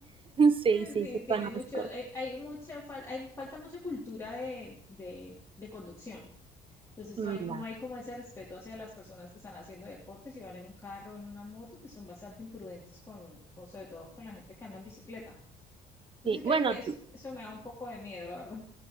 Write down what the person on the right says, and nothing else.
Sí,
sí,
te
conozco.
Mm,
va.
Sí,
bueno,